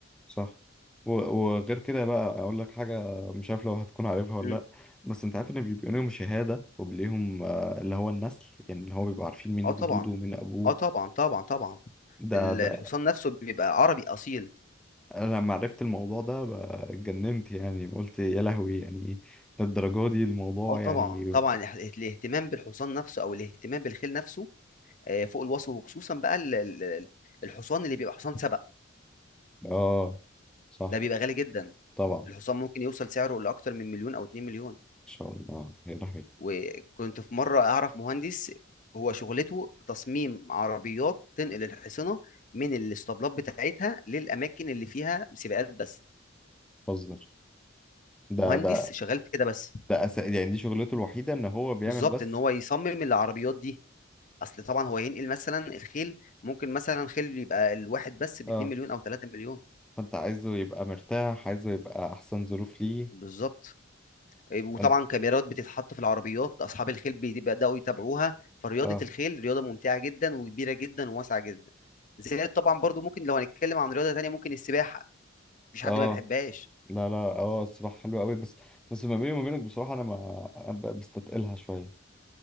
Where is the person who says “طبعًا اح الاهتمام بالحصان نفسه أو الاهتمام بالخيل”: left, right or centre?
Left